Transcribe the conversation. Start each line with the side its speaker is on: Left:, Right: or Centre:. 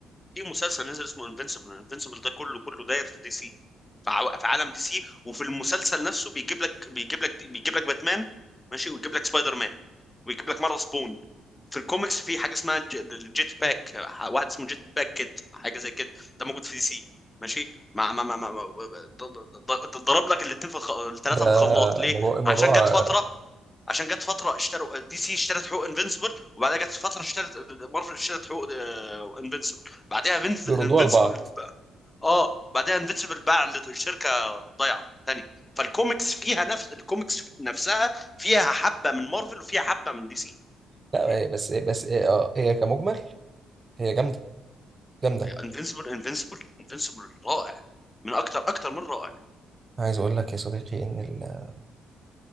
Left: في مسلسل نازل اسمه انفينسيبل انفينسيبل ده كله كله داير في دي سي في ع- في عالم دي سي وفي المسلسل نفسه بيجيب لك بيجيب لك بيجيب لك باتمان ماشي ويجيب لك سبايدر مان ويجيب لك مره سبون في الكوميكس في حاجه اسمها ج- الجيت باك واحد اسمه جيت باك كيد حاجه زي كده ده موجود في دي سي ماشي مع مع مع مع مع- ض- ض- ض- ضرب لك الاثنين في الخ... الثلاثه
Right: ده
Left: في الخلاط ليه
Right: موضوع الموضوع
Left: عشان جت فتره عشان جت فتره اشتروا دي سي اشترت حقوق انفنسبل وبعدها جت فتره اشترت مارفل اشترت حقوق انفنسبل بعدها
Right: بيردوها
Left: انفنسبل
Right: لبعض
Left: اه بعدها انفنسبل باع لشركه ضايعه تاني فالكوميكس فيها نفس الكوميكس نفسها فيها حبه من مارفل وفيها حبه من دي سي
Right: لا
Left: ماشي
Right: بس بس آه، هي كمجمل هي جامدة جامدة
Left: انفنسبل انفنسبل انفنسبل رائع من اكتر اكتر من رائع
Right: عايز اقول لك يا صديقي ان ال